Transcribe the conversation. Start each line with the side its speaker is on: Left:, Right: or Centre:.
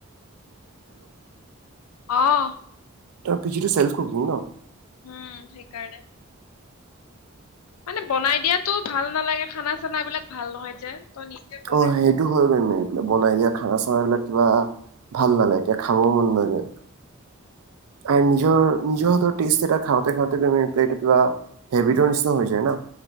Left: আহ
Right: পিজি টো চেলফ কুকিং ন।
Left: উম, সেইকাৰণে মানে বনাই দিয়াতো ভাল নালাগে খানা চানা বিলাক ভাল নহয় যে তই নিজে বনাই
Right: অ সেইটো
Left: খালে ভাল।
Right: হয় মানে বনাই দিয়া খানা চানাবিলাক কিবা ভাল নালাগকে খাবও মন নযায়।
Left: উম
Right: আৰু নিজৰ নিজৰ এটা টেষ্ট খাওঁতে খাওঁতে প্লেটা হেবিটৰ নিচিনা হৈ যায় ন